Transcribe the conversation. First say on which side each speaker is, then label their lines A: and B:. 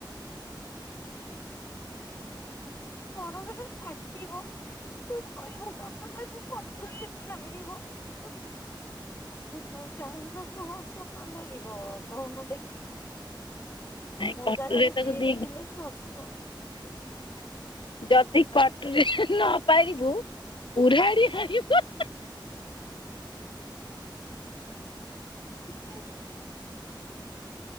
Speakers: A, on the left; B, on the left.
A: ପଣସଟା କାଟିବ ତୁ କରିବୁ କଣ ତାକୁ କଟୁରୀ ହାଣିବ ତ ତ କାହାକୁ ହସ ନ ଲାଗିବ କହୁନୁ ଦେଖି।
B: ନାଇଁ
A: ମୋ
B: କଟୁରେ
A: ଜାଗାରେ
B: ତାକୁ
A: ଯିଏ
B: ଦି
A: ବିି ଥିଲେ ସିଏ ହସିବ।
B: ଯଦି କଟୁରୀରେ ନପାରିବୁ କୁରାଢ଼ି ହାଣିବୁ।
A: <inaudible>